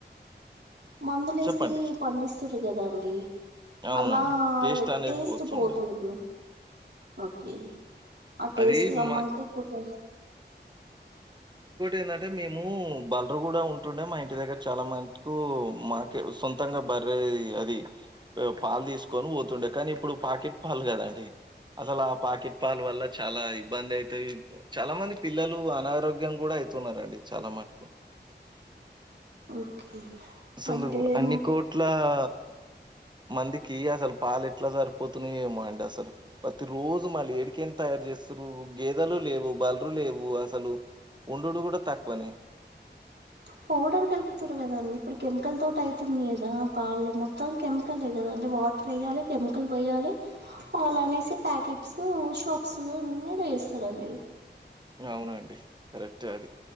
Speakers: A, on the right; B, on the right.
A: మందులేసి
B: చెప్పండి.
A: పండిస్తురు గదా అండి
B: అవునండి.
A: అలా
B: అనేది
A: టేస్ట్
B: పోతుండదు.
A: పోతున్నాది ఆ టేస్ట్
B: అది
A: రమ్మంటే
B: మ
A: ఇప్పుడు రా
B: ఏంటంటే మేము బర్లు గూడా ఉంటుండే మా ఇంటి దగ్గర చాలా మటుకు మాకె సొంతంగా అరే అది పాలు తీసుకొని పోతుండే కానీ ఇప్పుడు పాకెట్ పాలు గదండి అసలు అ పాకెట్ పాలు వల్ల చాలా ఇబ్బంది అయితయి చాలా మంది పిల్లలు అనారోగ్యం గూడా అయితున్నారండి చాలా మటుకు
A: ఓకే
B: అసలు
A: అంటే
B: అన్ని కోట్ల అ మందికి అసలు పాలు ఎట్లా సరిపోతున్నాయ ఏమో అండి అసలు ప్రతి రోజు మళ్ళీ ఏడికెళ్ళి తయారు చేస్తారు గేదలు లేవు బల్ర లేవు అసలు ఉండుడు కూడా తక్కువనే
A: పౌడర్ కలుపుతారు కదండి ఇప్పుడు కెమికల్ తో అవుతుంది కదా పాళ్లు మొత్తం కెమికల్ కదాండి వాటర్ వేయాలి కెమికల్ వయాలి పాలా అనేసి ప్యాకెట్స్ షాప్స్ చేస్తారండి
B: అవునండి కరెక్ట్ అది